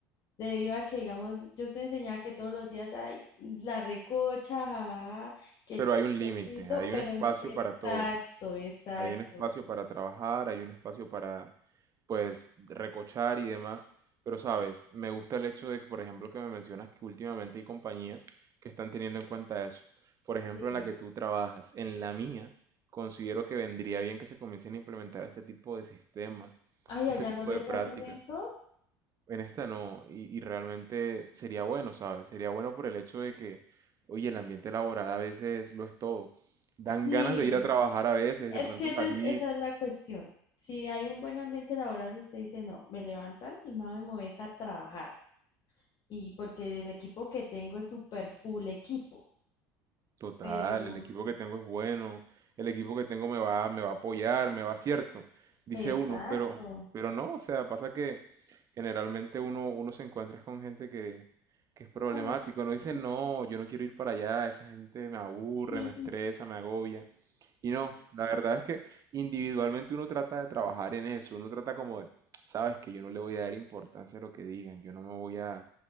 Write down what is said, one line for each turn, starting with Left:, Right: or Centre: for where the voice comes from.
Left: Debido a que, digamos, yo estoy enseñada que todos los días hay la recocha, jajaja, que
Right: Pero
Left: el chistecito,
Right: hay un límite, hay
Left: pero
Right: un espacio
Left: en- exacto,
Right: para todo.
Left: exacto.
Right: Hay un espacio para trabajar, hay un espacio para, pues, recochar y demás. Pero, sabes, me gusta el hecho de que, por ejemplo, que me mencionas que últimamente hay compañías que están teniendo en cuenta eso. Por ejemplo,
Left: Sí.
Right: en la que tú trabajas, en la mía, considero que vendría bien que se comiencen a implementar este tipo de sistemas,
Left: Ay,
Right: este
Left: allá
Right: tipo
Left: no les
Right: de prácticas.
Left: hacen eso.
Right: En esta no, y, y realmente sería bueno, ¿sabes? Sería bueno por el hecho de que, oye, el ambiente laboral a veces lo es todo. Dan
Left: Sí,
Right: ganas de ir a trabajar a veces,
Left: es
Right: de pronto
Left: que esa
Right: salir,
Left: es, esa es la cuestión. Si hay un buen ambiente laboral, usted dice, no, me levantan y mami, me voy a trabajar. Y porque el equipo que tengo es super full equipo.
Right: Total,
Left: Pero,
Right: el equipo que tengo es bueno, el equipo que tengo me va, me va a apoyar, me va cierto, dice
Left: exacto.
Right: uno, pero, pero no, o sea, pasa que generalmente uno, uno se encuentra con gente que, que es problemático,
Left: Ay,
Right: no
Left: <laughs>
Right: dice, no, yo no quiero ir para allá, esa gente me aburre,
Left: sí.
Right: me estresa, me agobia, y no, la verdad es que individualmente uno trata de trabajar en eso, uno trata como de, sabes que yo no le voy a dar importancia a lo que digan, yo no me voy a